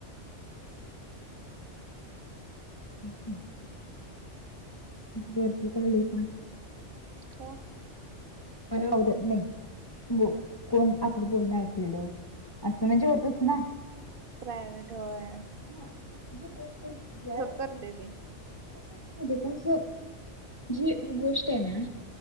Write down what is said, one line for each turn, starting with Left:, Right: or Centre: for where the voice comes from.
Left: <inaudible> बर्फी खाल्ली का
Right: का
Left: मला आवडत ब कोण आपलं बोलणं ऐकलेलं असं म्हणजे होतच ना
Right: प्रायवेट होय
Left: <inaudible>
Right: करते ते
Left: जी गोष्ट आहे ना